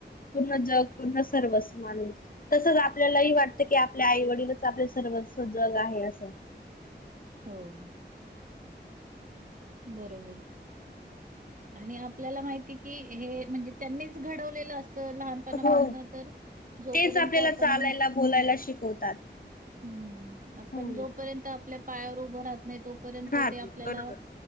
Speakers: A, on the left; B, on the right.
A: पूर्ण जग पूर्ण सर्वस्व मानलय तस आप आपल्यालाही वाटतं की आपल्या आई वडीलच आपले सर्वस्व जग आहे असं
B: हो अ बरो ओ बर आणि आपल्याला माहिती हे की म्हणजे त्यांनीच घडवलेलं असत तर लहानपणापासून
A: हा
B: तर जोपर्यंत
A: तेच आपल्याला
B: आपण
A: चालायला बोलायला शिकवतात.
B: हम्म आपण
A: हो
B: जोपर्यंत आपल्या पायावर उभं राहत नाही तोपर्यंत तोपर्यंत
A: राहत
B: ते आपल्याला
A: बरोबर.
B: ना